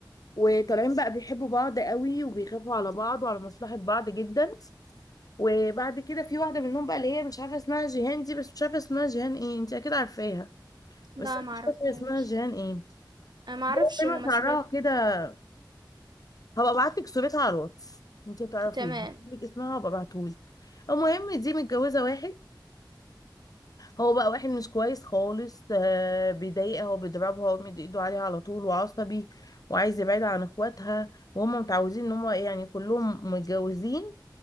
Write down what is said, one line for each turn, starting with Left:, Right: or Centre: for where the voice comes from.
Left: وطالعين بقى بيحبوا بعض قوي وبيخافوا على بعض وعلى مصلحة بعض جدا وبعد كده في واحده منهم بقى اللي هي مش عارفه اسمها جيهان دي بس مش عارفه اسمها جيهان ايه انت اكيد عارفاها
Right: لا
Left: بس انا
Right: ما
Left: مش
Right: اعرفهاش
Left: فاكره اسمها جيهان ايه اللي
Right: انا ما اعرفش
Left: هي دايما
Right: ممثلات
Left: شعرها كده هبقى ابعت لك صورتها على الواتس انت تعرفيه
Right: تمام
Left: لك اسمها هبقى ابعتهولك المهم دي متجوزه واحد هو بقى واحد مش كويس خالص آه، بيضايقها وبيضربها ومد ايده عليها على طول وعصبي وعايز يبعدها عن اخواتها وهم متعودين ان هم يعني كلهم متجوزين